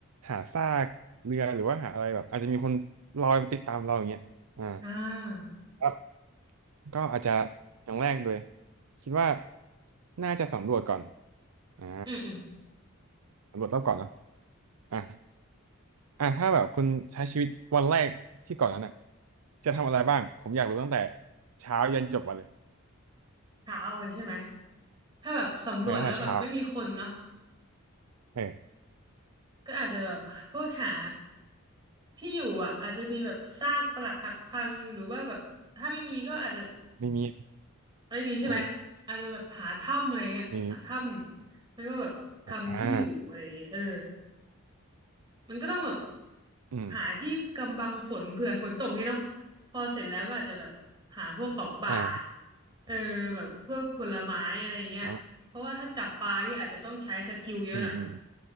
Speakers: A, on the right; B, on the right.
A: หาซากเรือหรือว่าหาอะไรแบบอาจจะมีคนลอยมาติดตามเราอย่างเงี้ยอ่า
B: อ่า
A: แล้วก็อาจจะอย่างแรกเลยคิดว่าน่าจะสำรวจก่อนอ่า
B: อืมอืม
A: สำรวจรอบเก่อนเนาะอ่ะอ่ะถ้าแบบคุณใช้ชีวิตวันแรกที่เก่อนนั้นอ่ะจะทำอะไรบ้างผมอยากรู้ตั้งแต่เช้ายันจบวันเลย
B: เช้าเลยใช่ไหมถ้าแบบสำรวจแล้วแบบไม่มีคนเนาะ
A: เออตั้งแต่เช้าเออ
B: ก็อาจจะแบบพวกหาที่อยู่อ่ะอาจจะมีแบบซากปรักหักพังหรือว่าแบบถ้าไม่มีก็อาจจะ
A: ไม่มี
B: ไม่มีใช่ไหมอาจจะแบบหาถ้ำอะไรเงี้ยหาถ้ำไม่ก็แบบทำที่อยู่อะไรอย่างเงี้ยเออ
A: เออไม่มีอ่า
B: มันก็ต้องแบบ
A: อืม
B: หาที่กำบังฝนเผื่อฝนตกนี่เนาะพอเสร็จแล้วก็อาจจะแบบหาพวกของป่า
A: อ่า
B: เออแบบพวกผลไม้อะไรอย่างเงี้ยเพราะว่าถ้าจับปลานี่อาจจะต้องใช้สกิลเยอะหน่อย
A: เอาอืมอืม